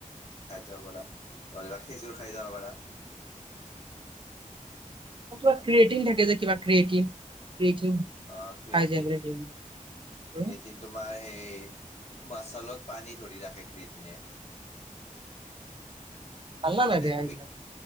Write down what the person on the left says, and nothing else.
খাই যাব পাৰা নহলেবা খেজুৰ খাই যাব পাৰা
অ', ক্ৰেটিন।
ক্ৰেইটিন
তোমাৰ সেই মাচালত পানী ধৰি ৰাখে ক্ৰটিনে।
মানে
তুমি